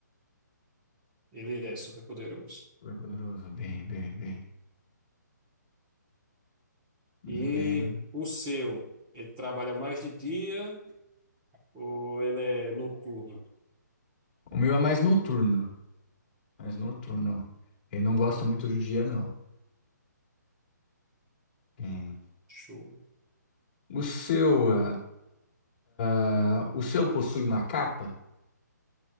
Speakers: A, on the right (about 15°); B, on the left (about 30°).
A: Ele é super poderoso.
B: Super poderoso, bem, bem, bem. Vamos
A: E
B: ver.
A: o seu, ele trabalha mais de dia Ou ele é noturno?
B: O meu é mais noturno, mais noturno. Ele não gosta muito do dia, não. Bem.
A: Show.
B: O seu, ah, ah, o seu possui uma capa?